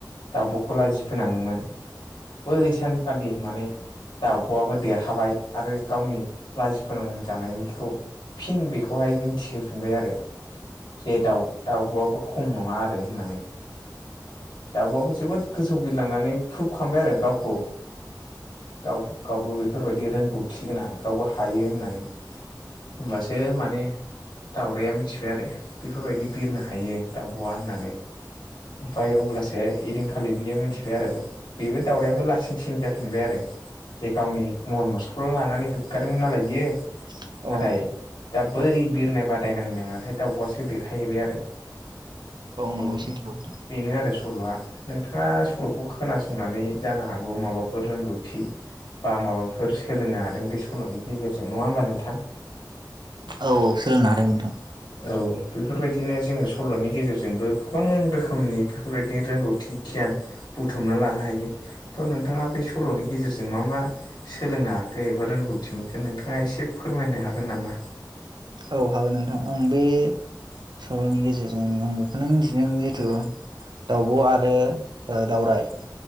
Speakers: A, on the left; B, on the right.
A: दाब'खौ लाजि फोनाङोमोन। बै सानखालि माने दाउब'आबो देरहाबाय आरो गावनि लाजि फोनां जानायनिखौ फिन बेखौहाय मिनथिहोफिनबाय आरो। जे दाउ दाउब'आबो खम नङा आरो होननानै। दाउबआबो जोबोद गोजौ बिलांनानै प्रुभ खालामबाय आरो गावखौ। गाव गावबो बेफोरबायदि रोंगौथि गोनां गावबो हायो होननानै। होमबासो माने दाउरायया मिथिबाय आरो बेफोरबायदि बिरनो हायो दाउब'आ होननानै। ओमफ्राय अब्लासो इदिं खालि बियो मिथिबाय आरो बेबो दाउरायाबो लासिं सिं जाफिनबाय आरो। जे गावनि महर मुसृकौल' लानानै गोग्गादोंमोन नालाय बियो।
B: औ औ
A: नाथाय दा बै बिरनाय बादायनांनायहाय दाउब'आसो देरहाहैबाय आरो।
B: नंगौ
A: औ
B: सैथो
A: बेनो आरो सल'आ नों बिथाङा सल'खौ खोनासंनानै जानो हागौ माबाफोर रोंगौथि बा माबाफोर सोलोंनो हादों बे सल'नि गेजेरजों नङा होमबा नोंथां?
B: औ औ सोलोंनो हादों नोंथां।
A: औ बेफोरबायदिनो जोङो सल'नि गेजेरजोंबो गोबां रोखोमनि बेफोरबायदि रोंगौथि गियान बुथुमना लानो हायो थ' नोंथाङा बे सल'नि गेजेरजों मा मा सोलोंनो हाखो एबा रोंगौथि मोनखो नोंथाङा एसे फोरमायनो हागोन नामा?
B: औ हागोन नोंथां आं बे सल'नि गेजेरजों आं बेखौनो मिथिदों जिथु दावब' आरो दावराइ